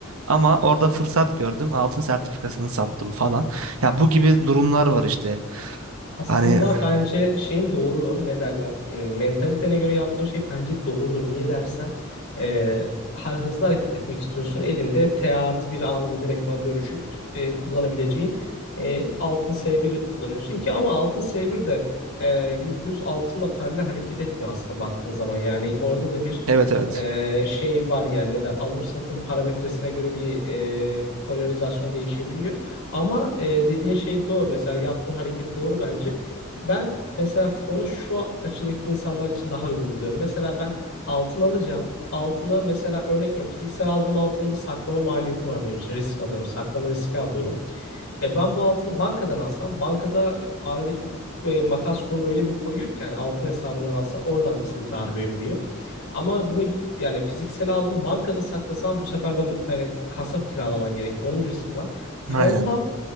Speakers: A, on the right (about 85°); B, on the left (about 85°).
A: Ama orada fırsat gördüm. Altın sertifikasını sattım falan. Ya bu gibi durumlar var işte.
B: Aslında
A: Hani
B: bence şeyin doğru ne derler Hmm, mentalitene göre yaptığın şey bence doğru. Niye dersen e, ha- hızlı hareket etmek istiyorsun. Elinde T artı bir anında direktman dönüşüp e, kullanabileceğin e, altın S1 kullanıyorsun ki ama altın S1 de e, %100 altınla paralel hareket etmiyor aslında baktığın zaman. Yani orada da bir
A: evet evet.
B: e, şey var yani ne der alım satım parametresine göre bir e, polarizasyon değişebiliyor. Ama e, dediğin şey doğru. Mesela yaptığın hareket doğru bence. Ben mesela fonu şu açıdaki insanlar için daha uygun buluyorum. Mesela ben altın alacağım. Altına mesela örnek veriyorum. Fiziksel aldığım altının bir saklama maliyeti var benim için. Risk alıyorum. Saklama riski alıyorum. E ben bu altını bankadan alsam, bankada aradaki hukuk ve makas kurunu öyle bir koyuyor ki yani altın hesabından alsan oradan bir seni darbe vuruyor. Ama bunu gidip yani fiziksel aldım bankada saklasam bu sefer de yani kasa kiralaman gerekiyor. Onun riski var. Fonda
A: Aynen.